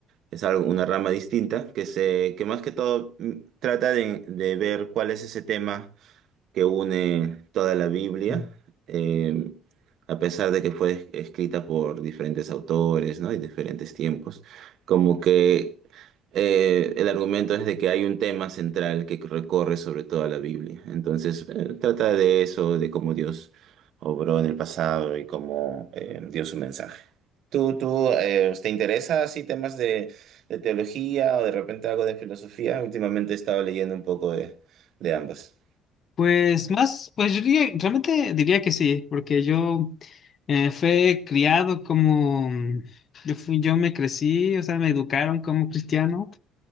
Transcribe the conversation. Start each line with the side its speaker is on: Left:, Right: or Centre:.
Right: es algo, una rama distinta, que se, que más que todo mm, trata de, de ver cuál es ese tema que une toda la Biblia,
Left: Mm.
Right: eh, a pesar de que fue escrita por diferentes autores, ¿no? Y diferentes tiempos, como que eh, el argumento es de que hay un tema central que recorre sobre toda la Biblia. Entonces, eh, trata de eso, de cómo Dios obró en el pasado y cómo eh, dio su mensaje. ¿Tú, tú eh, te interesa así temas de, de teología o de repente algo de filosofía? Últimamente he estado leyendo un poco de, de ambas.
Left: Pues más, pues yo diría- realmente diría que sí, porque yo eh, fui criado como, mm, yo fui, yo me crecí, o sea, me educaron como cristiano,